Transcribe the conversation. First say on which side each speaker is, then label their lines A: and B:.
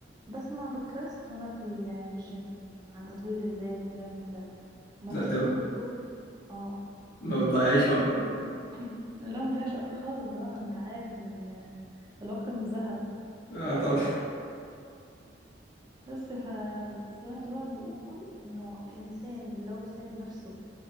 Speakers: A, on the right; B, on the left.
A: بسمع بودكاست وانا في ال- في الجيم عن تطوير الذات وكلام من ده مرة
B: لا
A: سمعت
B: ده
A: دكتور اه
B: ما بتضيعيش
A: سمعت
B: وقتك
A: <clears throat> لا مضيعش وقتي خالص بقى انت عارف ال- الوقت من ذهب
B: <laughs> اه طبعا
A: بس فسمعت بقى بيقول انه الانسان لو ساب نفسه